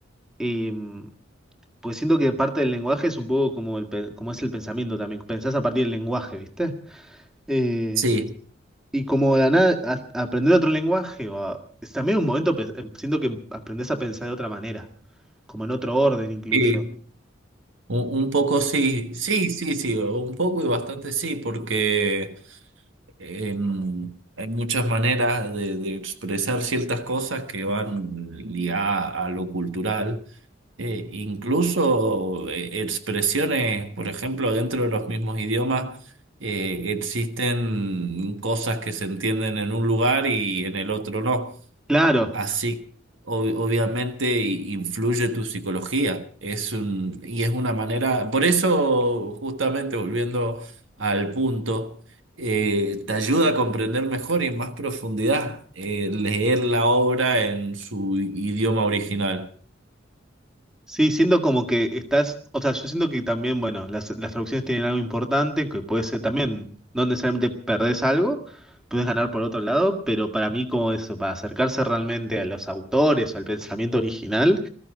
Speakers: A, in the centre; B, on the right.
A: eh, pues siento que parte del lenguaje es un poco como, el, pe- como es el pensamiento también, pensás a partir del lenguaje, ¿viste? Eh,
B: Sí,
A: Y como de la nada, a- aprender otro lenguaje, o a- es también un momento, pe- em, siento que aprendes a pensar de otra manera, como en otro orden incluso.
B: Sí, un, un poco sí, sí, sí, sí, un poco y bastante sí, porque em, hay muchas maneras de, de expresar ciertas cosas que van ligadas a lo cultural, Eh, incluso eh, expresiones, por ejemplo, dentro de los mismos idiomas, eh, existen cosas que se entienden en un lugar y en el otro no.
A: Claro,
B: Así, ob- obviamente i- influye tu psicología. Es un, y es una manera, por eso, justamente volviendo al punto, eh, te ayuda a comprender mejor y en más profundidad, eh, leer la obra en su idioma original.
A: sí, siento como que estás, o sea, yo siento que también, bueno, las, las traducciones tienen algo importante, que puede ser también, no necesariamente perdés algo, puedes ganar por otro lado, pero para mí como eso, para acercarse realmente a los autores o al pensamiento original,